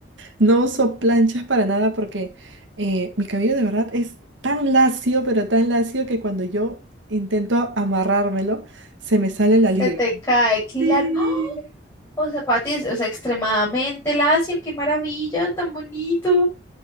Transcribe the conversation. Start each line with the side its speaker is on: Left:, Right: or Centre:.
Right: No uso planchas para nada porque eh, mi cabello de verdad es tan lacio, pero tan lacio que cuando yo intento amarrármelo, se me sale la
Left: Se
Right: liga.
Left: te cae, claro.
Right: Sí.
Left: <gasps> ¡Oh! O sea, Pati, es- o sea, extremadamente lacio, qué maravilla, tan bonito.